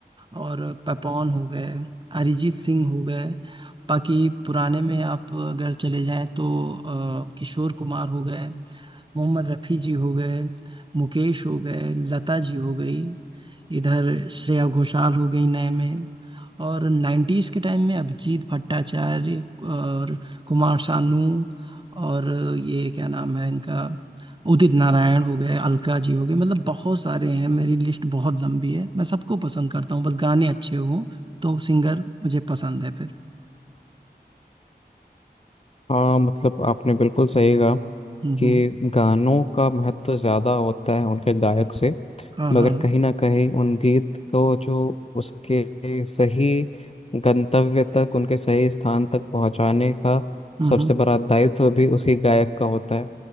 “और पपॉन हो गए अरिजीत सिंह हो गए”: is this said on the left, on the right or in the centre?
Right